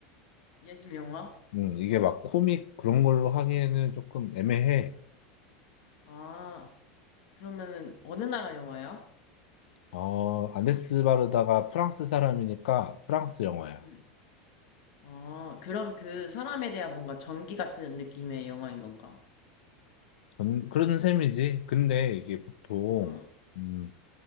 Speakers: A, on the left (about 65°); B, on the left (about 85°).
A: 예술 영화?
B: 음, 이게 막 코믹 그런 걸로 하기에는 조금 애매해.
A: 아, 그러면은 어느 나라 영화야?
B: 어, 아네스 바르다가 프랑스 사람이니까 프랑스 영화야.
A: 음. 아, 그럼 그 사람에 대한 뭔가 전기 같은 느낌의 영화인 건가?
B: 전, 그런 셈이지. 근데 이게 보통,
A: 응,
B: 음,